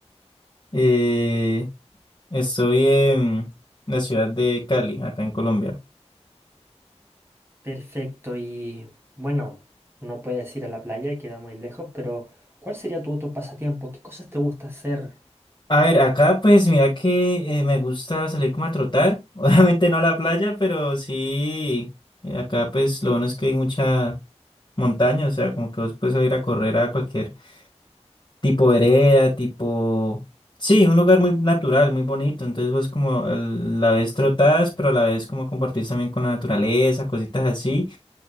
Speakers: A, on the left; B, on the right.
A: Eh, Estoy en la ciudad de Cali, acá en Colombia.
B: Perfecto. Y, bueno, no puedes ir a la playa, queda muy lejos, pero ¿cuál sería tu otro pasatiempo? ¿Qué cosas te gusta hacer?
A: A ver, acá pues mira que eh, me gusta salir como a trotar. <laughs> Obviamente no a la playa, pero sí. eh, Acá pues lo bueno es que hay mucha montaña, o sea, como que vos puedes ir a correr a cualquier tipo de vereda, tipo... Sí, un lugar muy natural, muy bonito. Entonces vos como a la vez trotás, pero a la vez como compartís también con la naturaleza, cositas así.